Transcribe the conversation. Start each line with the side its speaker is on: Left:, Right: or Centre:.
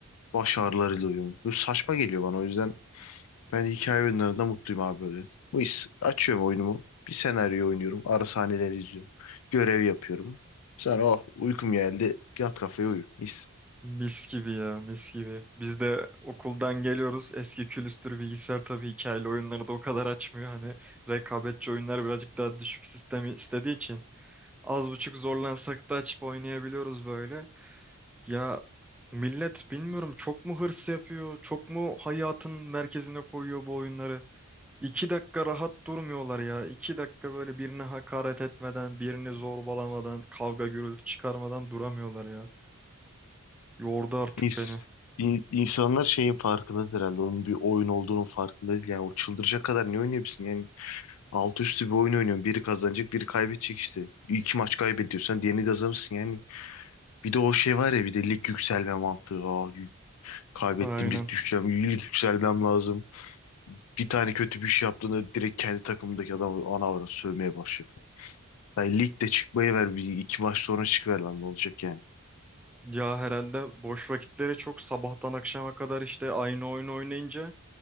Left: baş ağrılarıyla uyuyorum. Bu saçma geliyor bana. O yüzden ben hikaye oyunlarında mutluyum abi böyle. Bu iş açıyorum oyunumu. Bir senaryo oynuyorum. Ara sahneleri izliyorum. Görev yapıyorum. Sonra oh uykum geldi. Yat kafaya uyu. Mis.
Centre: Mis gibi ya, mis gibi. Biz de okuldan geliyoruz. Eski külüstür bilgisayar tabii hikayeli oyunları da o kadar açmıyor. Hani rekabetçi oyunlar birazcık daha düşük sistemi istediği için. Az buçuk zorlansak da açıp oynayabiliyoruz böyle. Ya millet bilmiyorum çok mu hırs yapıyor, çok mu hayatın merkezine koyuyor bu oyunları. İki dakika rahat durmuyorlar ya. İki dakika böyle birine hakaret etmeden, birini zorbalamadan, kavga gürültü çıkarmadan duramıyorlar ya. Yordu artık
Left: Mis.
Centre: beni.
Left: İn- İnsanlar şeyin farkındadır herhalde. Onun bir oyun olduğunun farkında değil. Yani o çıldıracak kadar ne oynayabilirsin? Yani alt üstü bir oyun oynuyorsun. Biri kazanacak, biri kaybedecek işte. İki maç kaybediyorsan diğerini kazanırsın. Yani bir de o şey var ya bir de lig yükselme mantığı. Aa, Kaybettim
Centre: Aynen.
Left: lig düşeceğim. Lig yükselmem lazım. Bir tane kötü bir şey yaptığında direkt kendi takımındaki adamı ana avrat sövmeye başlayıp. Yani ligde çıkmayı ver bir iki maç sonra çıkıver lan ne olacak yani.
Centre: Ya herhalde boş vakitleri çok sabahtan akşama kadar işte aynı oyunu oynayınca